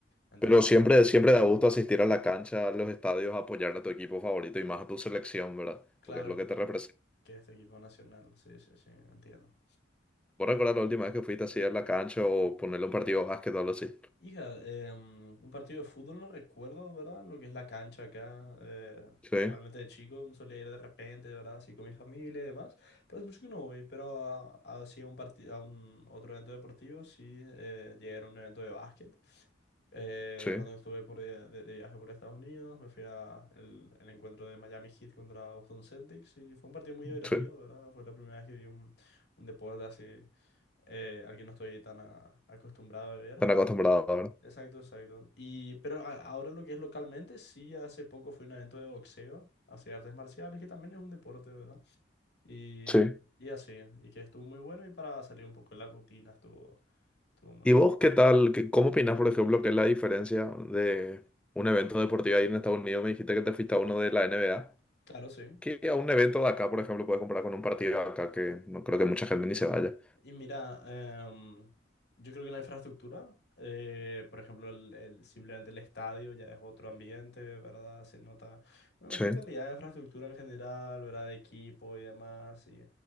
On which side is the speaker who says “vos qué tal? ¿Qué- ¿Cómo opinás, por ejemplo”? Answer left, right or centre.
Centre